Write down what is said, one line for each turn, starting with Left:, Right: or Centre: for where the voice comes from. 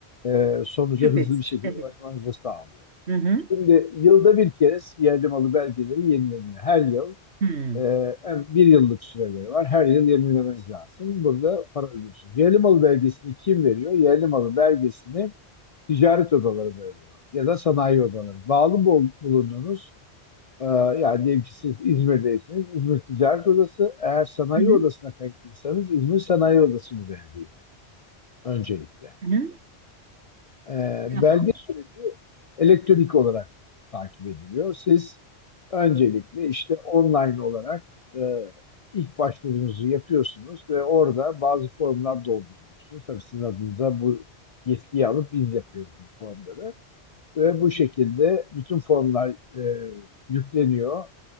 Left: e, sonuca
Right: Şüphesiz.
Left: hızlı bir şekilde
Right: Evet.
Left: ulaşmanızı sağlıyor.
Right: Hı hı.
Left: Şimdi yılda bir kez yerli malı belgeleri yenileniyor. Her yıl
Right: Hı hı.
Left: e, hem bir yıllık süreleri var. Her yıl yenilemeniz lazım. Burada para ödüyorsunuz. Yerli malı belgesini kim veriyor? Yerli malı belgesini ticaret odaları veriyor ya da sanayi odaları. Bağlı bul- bulunduğunuz e, yani diyelim ki siz İzmir'deyseniz İzmir Ticaret Odası eğer sanayi
Right: Hı hı.
Left: odasına kayıtlıysanız İzmir Sanayi Odası bu belgeyi öncelikle.
Right: Hı hı.
Left: Ee,
Right: Tamam.
Left: belge süreci elektronik olarak takip ediliyor. Siz öncelikle işte online olarak e, ilk başvurunuzu yapıyorsunuz ve orada bazı formlar dolduruyorsunuz. Tabii sizin adınıza bu yetkiyi alıp biz yapıyoruz bu formları. Ve bu şekilde bütün formlar e, yükleniyor